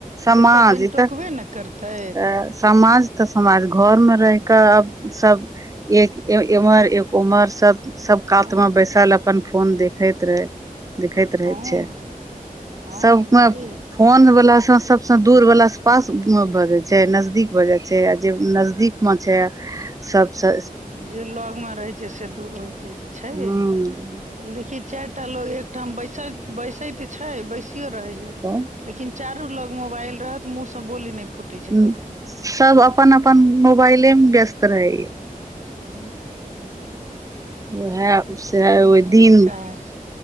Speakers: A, on the right (about 25°); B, on the right (about 55°).
A: समाज
B: तेसर दिन
A: ई
B: टोकबे
A: तै
B: ने करतै
A: तै समाज तऽ समाज घर मे रहके आब सब एक इम्हर एक उम्हर सब सब
B: हँ
A: कात मे बैसल अपन फोन देखैत रहय लिखैत रहै
B: हँ
A: छै,
B: हँ
A: सबमे
B: छै
A: फोन बला सबसे दूर वला पास भऽ जाय छै नजदीक भऽ जाय छै, आ जे नजदीक में छै सबसे
B: जे लगमे रहै छै से दूर होइ जाइ छै, छै
A: हँ
B: गै लेकिन चारि टा लोग एकठाम बैसैत, बैसैते छै, बैसिये रहैये।
A: तऽ
B: लेकिन चारू लग मोबाइल रहत मुह से बोली नहि फूटे छै
A: हूँ
B: ककरो।
A: सब अपन अपन मोबाइले मे व्यस्त रहेये।
B: हुं।
A: वैह से
B: नहियो
A: ओहि दिन
B: चाहत